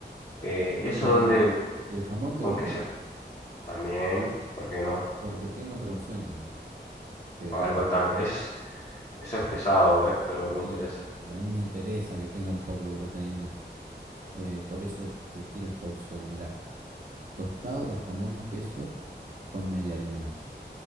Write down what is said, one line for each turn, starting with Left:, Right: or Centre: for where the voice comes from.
Left: Eh,
Right: ¿Y,
Left: ¿y eso dónde,
Right: y el jamón
Left: con
Right: te gusta?
Left: queso? También, ¿por qué no?
Right: Porque tengo otra opción también, que
Left: A
Right: lleva
Left: ver, contame.
Right: jamón
Left: Eso es, eso es pesado, ¿eh? Pero me
Right: y,
Left: interesa.
Right: y a mí me interesa que tenga un poco de proteína. Eh, por eso te tiro esta opción, mirá. Tostado de jamón y queso con medialunas.